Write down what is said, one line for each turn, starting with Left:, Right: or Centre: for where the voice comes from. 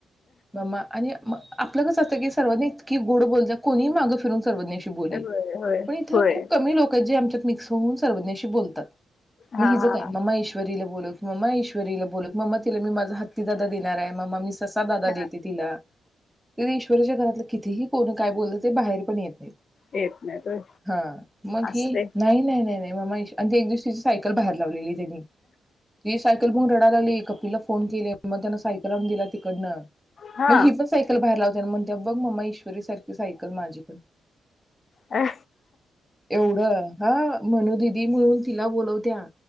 Centre: मम्मा आणि अ म आपलं कस असतंय की सर्वज्ञा इतकी गोड बोलतीया कोणीही मागं फिरून सर्वज्ञाशी बोलेल
Left: होय होय
Centre: पण इथे
Left: होय
Centre: खूप कमी लोक आहेत जी आमच्यात मिक्स होवून सर्वज्ञाशी बोलतात म
Left: हा
Centre: हिज
Left: हा
Centre: काय मम्मा ईश्वरीला बोलवं कि मम्मा ईश्वरीला बोलवं मम्मा तिला मी माझा हत्ती दादा देणारयं मम्मा मी स ससा दादा
Left: हा
Centre: देते तिला तिला ईश्वरीच्या घरातलं कितीही कोण काय बोलु दे बाहेर पण येत नाही
Left: येत नाहीत होय
Centre: हा मग
Left: असते
Centre: हे नाही नाही नाही मम्मा ईश आणि ते एक दिवशी तिची सायकल बाहेर लावलेली त्येंनी मी सांगते तिज बघून रडाय लागली कपिलला फोन केले मग त्यान सायकल आणून दिला तिकडनं
Left: हा
Centre: मग ही पण सायकल बाहेर लाव तर म्हणतिया बघ मम्मा ईश्वरीसारखी सायकल माझी पण
Left: हा
Centre: एवढं हा... दीदी म्हणुन तिला बोलवतीया